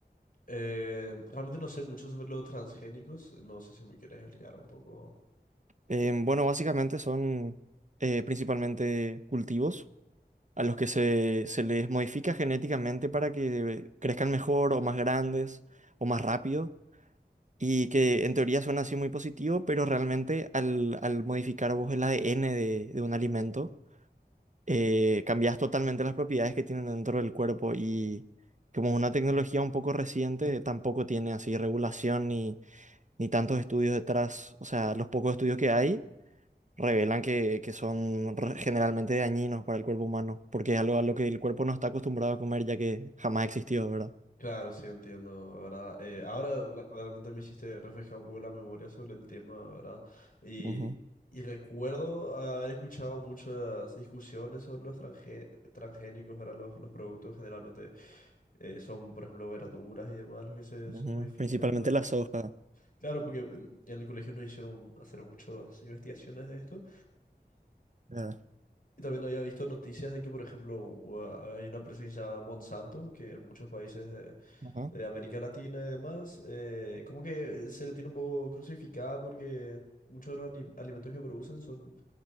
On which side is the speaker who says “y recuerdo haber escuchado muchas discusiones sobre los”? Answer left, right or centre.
Left